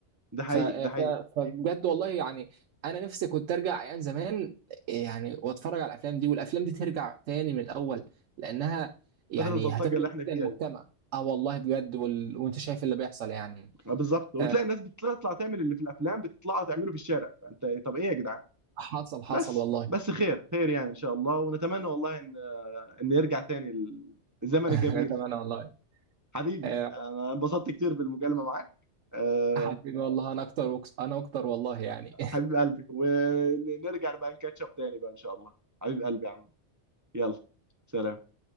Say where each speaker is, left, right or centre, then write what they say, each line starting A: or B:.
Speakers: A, on the right; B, on the right.
A: ده حقيقي
B: ف... ف...
A: ده حقيقي
B: فبجد والله يعني انا نفسي كنت ارجع ايام زمان يعني واتفرج على الافلام دي والافلام دي ترجع تاني من الاول لانها يعني
A: بدل البلطجه
B: هتخدم
A: اللي احنا
B: جدا
A: فيها
B: المجتمع
A: دي
B: اه والله بجد وال... وانت شايف اللي بيحصل يعني
A: آه بالظبط وبتلاقي
B: آه
A: الناس بتطلع تعمل اللي في الافلام بتطلع تعمله في الشارع فانت إيه، طب ايه يا جدعان
B: حصل حصل
A: بس
B: والله
A: بس خير خير يعني ان شاء الله ونتمنى والله ان يرجع تاني الزمن
B: <laughs>
A: الجميل
B: تمام والله
A: حبيبي
B: آه
A: انا انبسطت كتير بالمكالمة معاك أه
B: حبيبي والله انا اكتر وكس... انا اكتر والله يعني
A: حبيب قلبي ونرجع بقى نكاتشب تاني بقى ان شاء الله حبيب قلبي يا عم يلا سلام